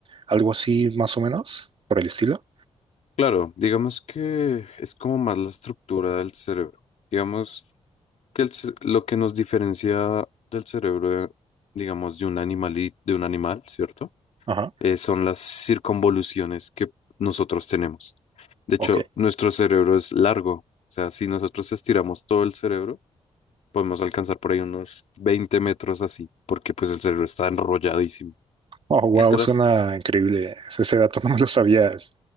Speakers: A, on the right; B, on the left.
A: Algo así, más o menos, por el estilo.
B: Claro, digamos que es como más la estructura del cerebro. Digamos que el ce- lo que nos diferencia del cerebro, eh, digamos, de un animali- de un animal, ¿cierto?
A: Ajá,
B: eh, son las circunvoluciones que nosotros tenemos. De hecho,
A: ok.
B: nuestro cerebro es largo. O sea, si nosotros estiramos todo el cerebro, podemos alcanzar por ahí unos 20 metros así, porque pues el cerebro está enrolladísimo.
A: Oh, wow,
B: Mientras,
A: suena increíble. Ese ese dato <laughs> no me lo sabías.